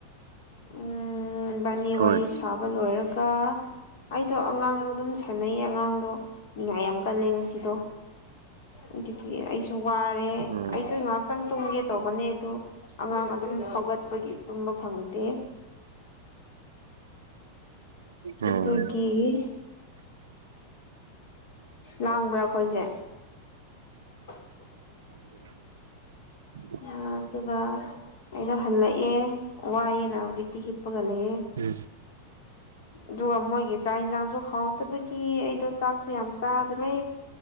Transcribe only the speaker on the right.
ꯍꯣꯏ
ꯎꯝ
ꯎꯝ
INAUDIBLE
ꯎꯝ